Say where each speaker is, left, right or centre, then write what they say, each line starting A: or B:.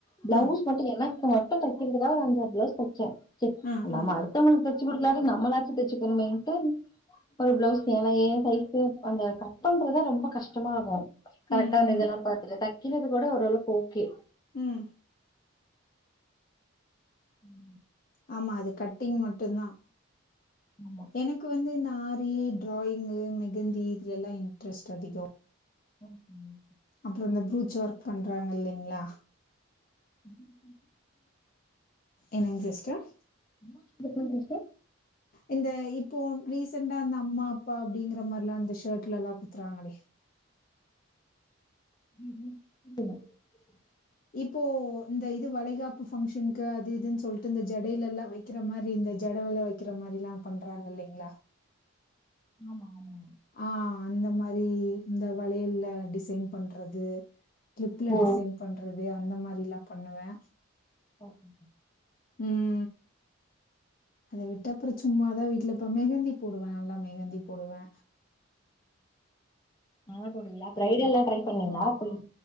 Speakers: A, on the left; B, on the left.
A: பிளவுஸ்
B: ஆ
A: மட்டு எனக்கு மட்டு தெக்கிறதுக்கா அந்த பிளவுஸ் தச்சே செ
B: ஆ
A: நாம
B: ஆ
A: அடுத்தவுங்குளுக்கு சு குடுக்கலாட்டி நம்மளாச்ச தெச்சுக்குணுமேன்ட்டு ஒரு பிளவுஸ் ஏனா ஏ சைஸ்கு அந்த கட் பண்றதா ரொம்ப கஷ்டமார்க்கூ கரெக்டா
B: ம்
A: அந்த
B: ம்
A: இதெல்லா பாத்துட்டு தக்கிறது கூட ஓரளவுக் ஓகே
B: ம்
A: ம்
B: ஆமா அது கட்டிங் மட்டுந்தா
A: ஆமா
B: எனக்கு வந்து இந்த ஆர் ரி ட்ராயிங்கு மெகந்தி இதுலல்லா இன்ட்ரெஸ்ட் அதிகோ
A: ம் ம்
B: அப்றோ இந்த ப்ரூச் ஒர்க் பண்றாங்க இல்லிங்ளா
A: <inaudible>
B: என்னுங் சிஸ்டர்
A: சும்மா சும்மா கை வெச்டா
B: இந்த இப்போ ரீசென்டா இந்த அம்மா அப்பா அப்டிங்கிற மாரிலா இந்த ஷர்ட்லலா குத்துறாங்களே
A: <inaudible>
B: இப்போ இந்த இது வளைகாப்பு ஃபங்க்ஷன்கு அது இதுன் சொல்ட்டு இந்த ஜடையில எல்லா வக்கிற மாரி இந்த ஜடவுல வெக்கிற மாரி எல்லா பண்றாங்க இல்லைங்ளா
A: ஆமா ஆமா
B: ஆ அந்த மாரி இந்த வளையல்ல டிசைன் பண்றது க்ளிப்ல
A: ஓ
B: டிசைன் பண்றது அந்த மாரில்லா பண்ணுவே
A: ஓகே
B: உம் அத விட்டப்புறம் சும்மாதான் வீட்ல இப்ப மெஹந்தி போடுவே நல்லா மெஹந்தி போடுவே
A: ஆ போடுவிங்களா ப்ரைடல்லாம் ட்ரை பண்ணுவீங்களா போயி